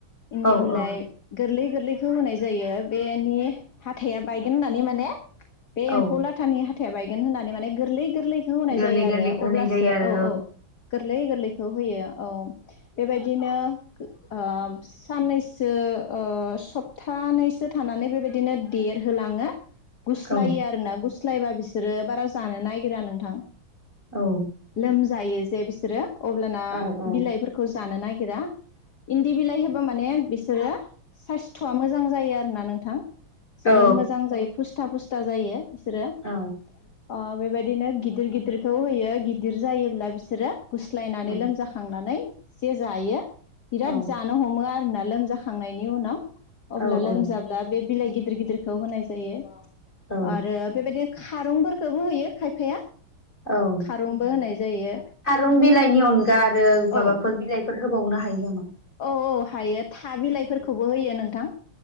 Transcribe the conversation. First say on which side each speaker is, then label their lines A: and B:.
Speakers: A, on the left; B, on the left.
A: इन्दि
B: औ
A: बिलाइ
B: औ
A: गोरलै गोरलैखौ होनाय जायो बेनि हाथाइा बायगोन होननानै माने बे
B: औ
A: एम्फौ लाथानि हाथाया बायगोन होननानै माने गोरलै गोरलै खौ होनाय
B: गोरलै
A: जायो
B: गोरलैखौ
A: आरो अब्लासो
B: होनाय जायो आरो
A: औ औ गोरलै गोरलैखौ होयो औ। बेबायदिनो ओ साननैसो सप्थानैसो थानानै बेबायदिनो देरहोलाङो। गुस्लायो
B: औ
A: आरो ना गुस्लायबा बिसोरो बारा जानो नागिरा नोंथां।
B: औ
A: लोमजायो जे बिसोरो अब्लाना
B: औ औ
A: बिलाइफोरखौ जानो नागिरा। इन्दि बिलाइ होबा माने बिसोरो साइस्थ'आ मोजां जायो आरोना नोंथां। जोबोर
B: औ
A: मोजां जायो फुस्था फुस्था जायो बिसोरो।
B: औ।
A: अ बेबायदिनो गिदिर गिदिरखौ होयो गिदिर जायोब्ला बिसोरो गुस्लायनानै
B: औ
A: लोमजाखांनानै जे जायो बिराद
B: औ
A: ज हमो आरोना लोमजाखांनायनि उनाव,
B: औ
A: अब्ला
B: औ
A: लोमजाब्ला बे बिलाइ गिदिर गिदिरखौ होनाय जायो,
B: औ
A: आरो बेबायदि खारंफोरखौबो होयो खायफाया।
B: औ
A: खारंबो होनाय जायो
B: फारुन बिलाइनि अनगा आरो माबाफोर
A: औ
B: बिलाइ बेफोर होबावनो हायो नामा?
A: औ औ हायो था बिलाइफोरखौबो होयो नोंथां।